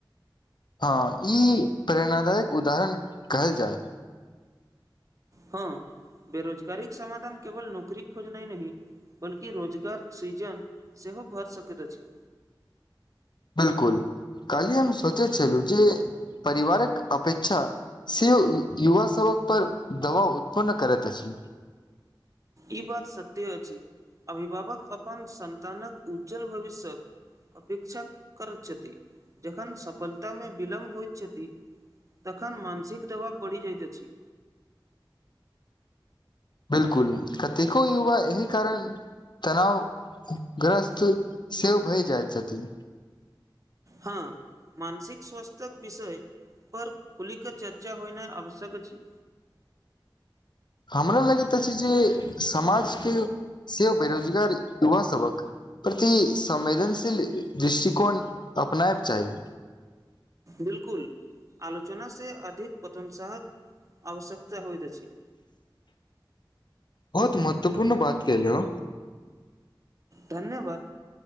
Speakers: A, on the left; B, on the right.
A: हँ ई प्रेरणादायक उदाहरण कहल जाय
B: हँ बेरोजगारी समधान केवल नौकरी खोज नहि नहि बल्कि रोजगार सृजन सेहो भए सकैत अछि
A: बिलकुल कलहि हम सोचैत छलहुँ जे परिवारक अपेक्षा से युवा सभक पर दबाब उत्पन्न करैत अछि
B: ई बात सत्य अछि अभिभावक अपन संन्तानक उज्ज्वल भविष्य्यक अपेक्षा कर छथि जखन सफलतामे विलम्ब होइत छथि तखन मानसिक दबाव बढ़ि जायत अछि
A: बिलकुल कतेको युवा एहिह कारण तनाव ग्रस्त सेहो भए जाइत छथि
B: हँ मानसिक स्वस्थ्य विषय पर खुलिक चर्चा होइ नहि आवश्यक अछि
A: <inaudible> हमरा लगैत अछि जे समाजके से बेरोजगार युवा सभक प्रति संवेदनशील दृष्टिकोण अपनायब चाही
B: बिलकुल आलोचना से अधिक पतंसहक आवश्यकता होइत अछि ी
A: बहुत महत्वपूर्ण बात केलहु
B: धन्यवाद